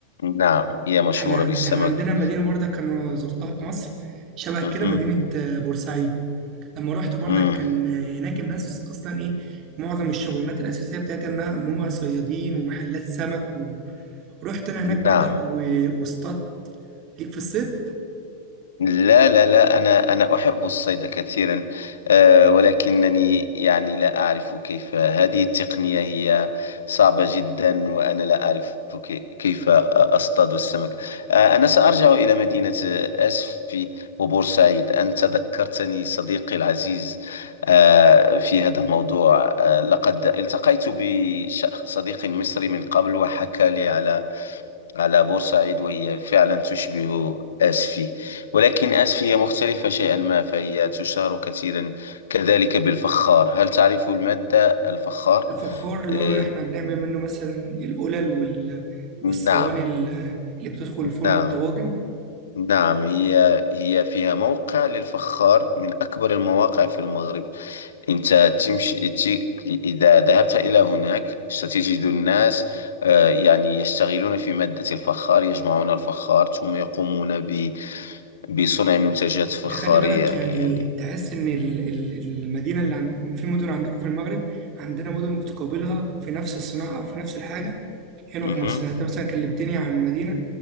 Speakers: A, on the left; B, on the right.
A: نعم هي مشهورة
B: إحنا
A: بالسمك
B: إحنا عندنا مدينة برضه كان زرتها في مصر شبه
A: مهم.
B: كده مدينة آه، بورسعيد لما رحت برضه
A: مم.
B: كان آه، هناك الناس أصلا إيه معظم الشغلانات الأساسية بتاعتها إنها إن هم صيادين ومحلات سمك ورحت أنا هناك برضك
A: نعم
B: و- واصطادت ليك في الصيد
A: لا لا لا أنا أنا أحب الصيد كثيرا آه، ولكنني يعني لا أعرف كيف هذه التقنية هي صعبة جدا وأنا لا أعرف كي- كيف أصطاد السمك آه، أنا سأرجع إلى مدينة أسفي وبورسعيد أنت ذكرتني صديقي العزيز آه، في هذا الموضوع آه، لقد التقيت بصديق مصري من قبل وحكى لي على على بورسعيد وهي فعلا تشبه آسفي ولكن آسفي هي مختلفة شيئا ما فهي تشتهر كثيرا كذلك بالفخار هل تعرف المادة الفخار؟
B: الفخار اللي
A: آه،
B: هو احنا بنعمل منه مثلا القلل وال... والصواني
A: نعم
B: ال- اللي بتدخل الفرن
A: نعم
B: الطواجن
A: نعم هي هي فيها موقع للفخار من أكبر المواقع في المغرب أنت تمشي ت- إذا ذهبت إلى هناك ستجد الناس آه، يعني يشتغلون في مادة الفخار يجمعون الفخار ثم يقومون ب بصنع منتجات فخارية
B: انت خلي بالك يعني
A: يعني
B: تحس ان ال- ال- المدينه اللي عن... في مدن عندكم في المغرب عندنا مدن بتقابلها في نفس الصناعه او في نفس الحاجه هنا
A: مهم.
B: في مصر يعني انت مثلا كلمتني عن مدينه